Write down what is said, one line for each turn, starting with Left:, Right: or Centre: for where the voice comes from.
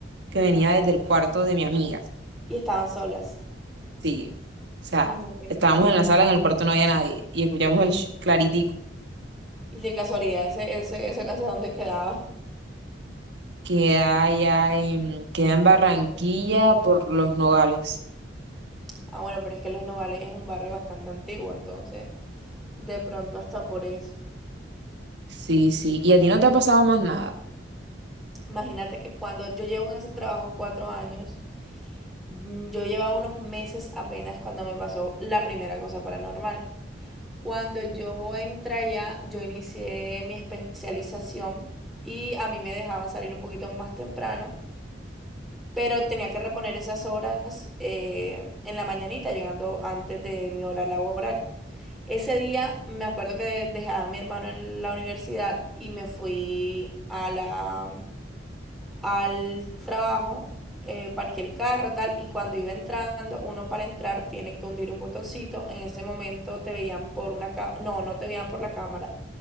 Right: que venía desde el cuarto de mi amiga.
Centre: y estaban solas.
Right: Sí, o sea,
Centre: Ay, no, qué
Right: estábamos
Centre: miedo.
Right: en la sala, en el cuarto no había nadie y escuchamos el sh- claritico.
Centre: Y de casualidad, ese, ese, esa casa donde quedaba.
Right: Queda allá en, queda en Barranquilla por los Nogales.
Centre: Ah, bueno, pero es que Los Nogales es un barrio bastante antiguo, entonces, de pronto hasta por eso.
Right: Sí, sí. ¿Y a ti no te ha pasado más nada?
Centre: Imagínate que cuando yo llevo en ese trabajo cuatro años, Mm, Yo llevaba unos meses apenas cuando me pasó la primera cosa paranormal. Cuando yo entré allá, yo inicié mi especialización y a mí me dejaban salir un poquito más temprano, pero tenía que reponer esas horas eh, en la mañanita, llegando antes de mi hora laboral. Ese día me acuerdo que dejaba a mi hermano en la universidad y me fui a la al trabajo, eh, parqué el carro, tal, y cuando iba entrando, uno para entrar tiene que hundir un botoncito, en ese momento te veían por una cámara, no, no te veían por la cámara,